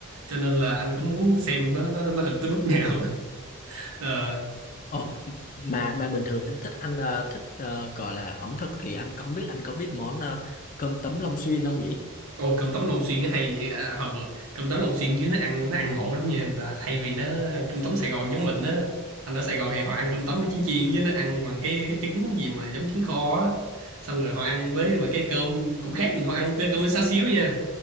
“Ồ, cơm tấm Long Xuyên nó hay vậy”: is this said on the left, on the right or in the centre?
Right